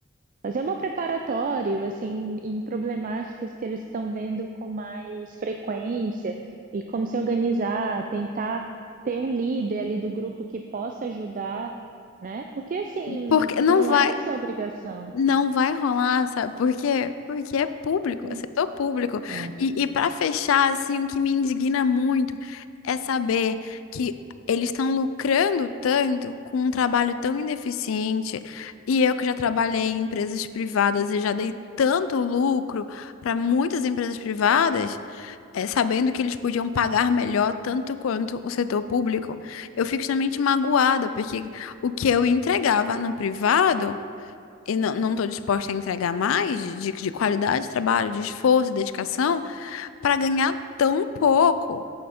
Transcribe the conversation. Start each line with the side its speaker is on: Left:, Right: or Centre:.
Right: fazer um preparatório, assim, em problemáticas que eles estão vendo com mais frequência e como se organizar, tentar ter um líder ali do grupo que possa ajudar, né? Porque, assim,
Left: Porque não
Right: não
Left: vai.
Right: é a sua obrigação.
Left: Não vai rolar, sabe por quê? Porque é público,
Right: Não,
Left: é setor público.
Right: é.
Left: E, e para fechar, assim, o que me indigna muito é saber que eles estão lucrando tanto com um trabalho tão ineficiente. E eu que já trabalhei em empresas privadas e já dei tanto lucro para muitas empresas privadas, é, sabendo que eles podiam pagar melhor tanto quanto o setor público, eu fico extremamente magoada, porque o que eu entregava no privado e não, não tô disposta a entregar mais de, de qualidade de trabalho, de esforço, de dedicação, para ganhar tão pouco.